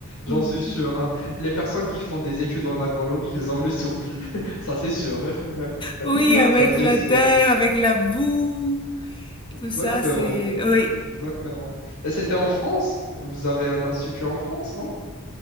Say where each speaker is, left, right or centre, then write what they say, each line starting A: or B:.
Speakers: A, on the left; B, on the left.
A: J'en
B: Mhm.
A: suis sûr, hein. Les personnes qui font des études en agronomie, ils ont le souple. <laughs> Ça, c'est sûr. <laughs>
B: Oui, avec
A: Ça, c'est
B: la
A: sûr.
B: terre, avec la boue.
A: Exactement.
B: Tout ça, c'est... Oui.
A: Exactement. Et c'était en France? Vous avez un institut en France, non?